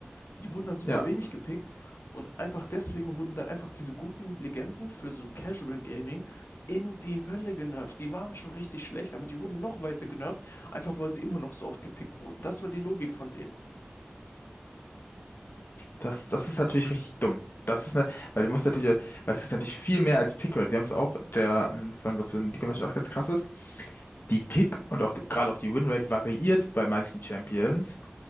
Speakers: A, on the left; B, on the left.
A: die wurden dann super
B: ja.
A: wenig gepickt und einfach deswegen wurden dann einfach diese guten Legenden für so Casual Gaming in die Hölle genervt. Die waren schon richtig schlecht, aber die wurden noch weiter genervt, einfach weil sie immer noch so oft gepickt wurden. Das war die Logik von denen.
B: Das, das ist natürlich richtig dumm. Das ist ne, weil du musst natürlich, äh, weil es ist natürlich viel mehr als Pickrate. Wir haben es auch, der, ähm, von was für ein Liga auch ganz krass ist, die Pick und auch gerade auch die Winrate variiert bei manchen Champions